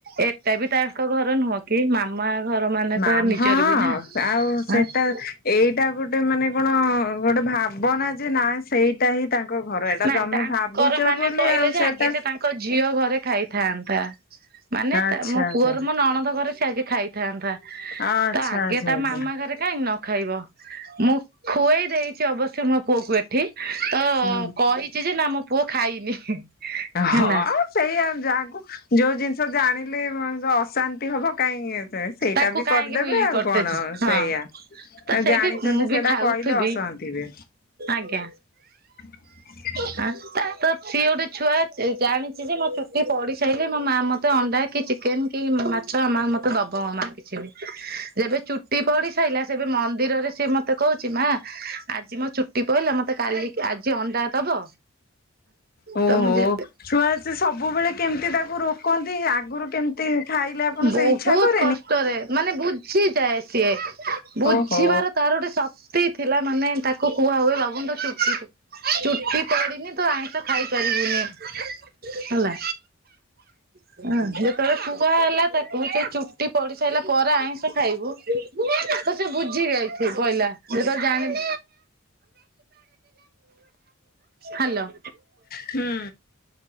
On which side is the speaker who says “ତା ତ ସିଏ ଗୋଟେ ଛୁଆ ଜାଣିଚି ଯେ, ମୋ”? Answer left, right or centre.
Right